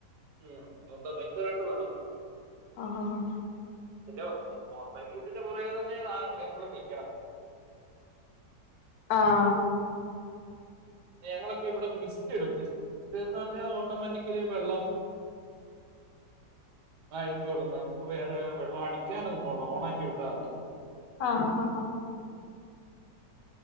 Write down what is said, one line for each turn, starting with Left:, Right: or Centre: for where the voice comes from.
Right: ഉം അന്താ ഭയങ്കരായിട്ട് വെള്ള വേണം <unintelligible>
Left: അ ഹ ഹാ ഹ.
Right: ഇന്റെ <unintelligible> പുറകെ തന്നെ എപ്പളും ന്നിക്കണം.
Left: ആഹ.
Right: ഞങ്ങളൊക്കെ ഇവിടെ മിസ്റ്റ് ഇടും മിസ്റ്റ് ന്നർഞാ ഓട്ടോമാറ്റിക് ലി വെള്ളം. ആയിക്കോളൂ നമുക്ക് വേറെ വെള്ളം അടിക്കാനൊന്നും പോണ്ട ഓണാക്കി വിട്ടാമതി.
Left: ആ ഹ ഹ.